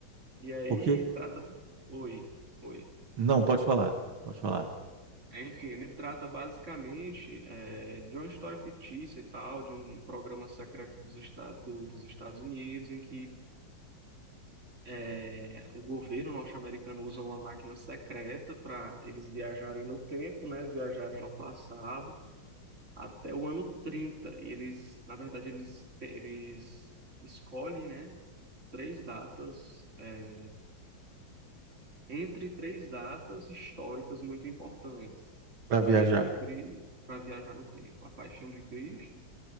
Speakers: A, on the right (about 35°); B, on the right (about 80°).
A: E aí
B: Porque.
A: trata. Oi, oi.
B: Não, pode falar. Pode falar.
A: Enfim, ele trata basicamente eh, de uma história fictícia e tal, de um programa secreto dos, esta- do- dos Estados Unidos, em que eh, o governo norte-americano usa uma máquina secreta para eles viajarem no tempo, né, viajarem ao passado. até o ano 30. E eles, na verdade, eles, eles escolhem, né, três datas, é, entre três datas históricas muito importantes.
B: Pra
A: A Paixão
B: viajar.
A: de Cristo, para viajar no tempo. A Paixão de Cristo.